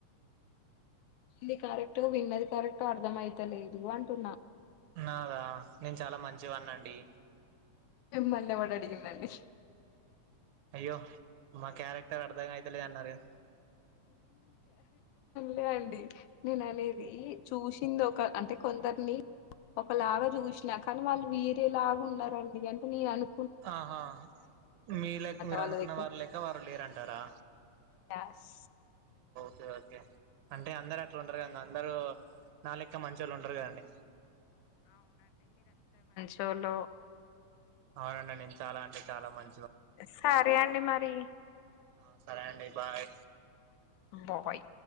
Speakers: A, on the left; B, on the right.
A: ఇది కరెక్టో విన్నది కరెక్టో అర్థం అయితలేదు అంటున్నా
B: నాదా నేను చాలా మంచివాన్నండి
A: మిమ్మల్న్ ఎవడ్ అడిగిండండి.
B: అయ్యో మా క్యారెక్టర్ అర్ధంగా అయితలేద్ అన్నరుగా
A: లే అండి నేను అనేది చూస్ వచ్చింది ఒక అంటే కొందర్ని ఒకలాగా చూసినా కానీ వాళ్ళు వేరేలాగా ఉన్నరండి. అంటే నేను అను
B: ఆహా మీ లే మీరు
A: వాళ్ళ
B: అనుకున్న
A: దగ్గర
B: వారి లెక్క వారు లేర అంటారా
A: యాస్
B: సరే ఓకే అంటే అందరు అట్ల ఉండరు కదా అందరూ నా లెక్క మంచోళ్ళు ఉండరు కదండి
A: చోళ్ళో
B: అవునండి నేన్ చాలా అంటే చాలా మం
A: సరే అండి మరి
B: ఆ సరే అండి బాయ్
A: బా బాయ్